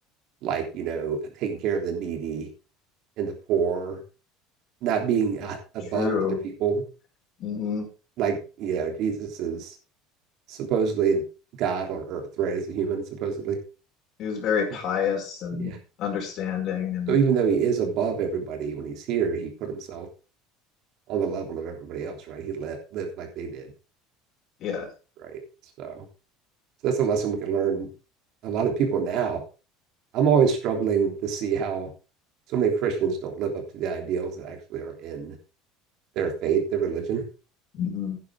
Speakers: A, on the right; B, on the left.
A: Like you know, taking care of the needy and the poor, not being uh, above
B: <laughs> True.
A: other people.
B: hmm
A: Like you know, Jesus is supposedly God on earth, right? As a human, supposedly.
B: He was very pious
A: But,
B: and
A: yeah.
B: understanding, and
A: So even though he is above everybody when he's here, he put himself on the level of everybody else, right? He let, lived like they did.
B: yeah,
A: Right. So, so that's a lesson we can learn. A lot of people now, I'm always struggling to see how so many Christians don't live up to the ideals that actually are in their faith, their religion.
B: hmm